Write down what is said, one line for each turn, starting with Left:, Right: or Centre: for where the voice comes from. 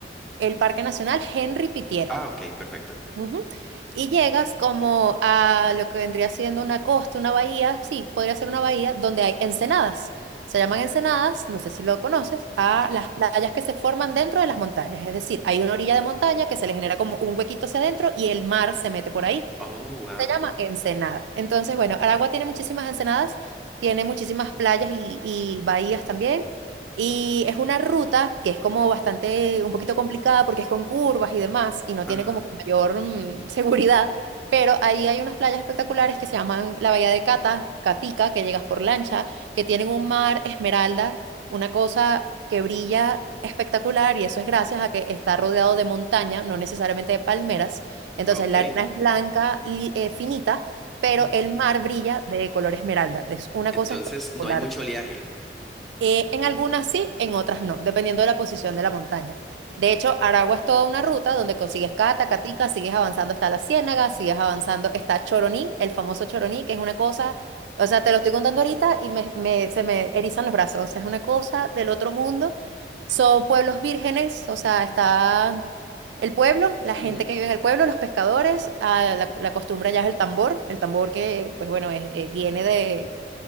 Right: el Parque Nacional Henry Pittier.
Centre: Ah, ok, perfecto.
Right: Ujú. Y llegas como a lo que vendría siendo una costa, una bahía, sí, podría ser una bahía, donde hay ensenadas. Se llaman ensenadas, no sé si lo conoces, a
Centre: Ok.
Right: las playas que se forman dentro de las montañas. Es decir, hay una orilla de montaña que se le genera como un huequito hacia adentro y el mar se mete por ahí.
Centre: Oh, wow.
Right: Se llama Ensenada. Entonces, bueno, Aragua tiene muchísimas ensenadas, tiene muchísimas playas y, y bahías también. Y es una ruta que es como bastante, un poquito complicada porque es con curvas y demás y no tiene
Centre: Ajá.
Right: como mayor mm, seguridad. Pero ahí hay unas playas espectaculares que se llaman la Bahía de Cata, Catica, que llegas por lancha, que tienen un mar esmeralda, una cosa que brilla espectacular y eso es gracias a que está rodeado de montaña, no necesariamente de palmeras entonces,
Centre: Ok.
Right: la arena es blanca, li- eh, finita, pero
Centre: <clears throat>
Right: el mar brilla de color esmeralda. Es una
Centre: Entonces
Right: cosa espectacular.
Centre: no hay mucho oleaje.
Right: Eh, en algunas sí, en otras no, dependiendo de la posición de la montaña. De hecho, Aragua es toda una ruta donde consigues Cata, Catica, sigues avanzando hasta la Ciénaga, sigues avanzando, está Choroní, el famoso Choroní, que es una cosa, o sea, te lo estoy contando ahorita y me, me- se me erizan los brazos, o sea, es una cosa del otro mundo. Son pueblos vírgenes, o sea, está el pueblo, la gente
Centre: Ujú,
Right: que vive en el pueblo, los pescadores, ah, la, la costumbre allá es el tambor, el tambor que, pues bueno, es- eh, viene de